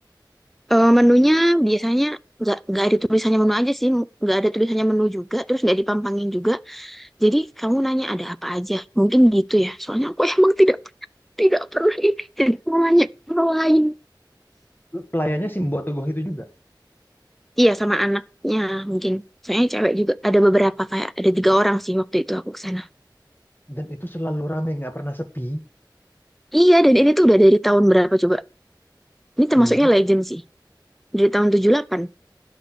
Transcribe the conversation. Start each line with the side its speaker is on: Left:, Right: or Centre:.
Centre: Eh, menunya biasanya nggak nggak ada tulisannya menu aja sih, nggak ada tulisannya menu juga, terus nggak dipampangin juga. Jadi kamu nanya ada apa aja. Mungkin gitu ya. Soalnya aku emang tidak tidak pernah ini. Tidak pernah nanya orang lain.
Left: Terus Pelayannya sih Mbok Teguh itu juga.
Centre: Iya sama anaknya mungkin. Soalnya cewek juga ada beberapa kayak ada tiga orang sih waktu itu aku kesana.
Left: Dan itu selalu rame, nggak pernah sepi.
Centre: Iya dan ini tuh udah dari tahun berapa coba? Ini termasuknya
Left: benar?
Centre: legend sih. Dari tahun tujuh puluh delapan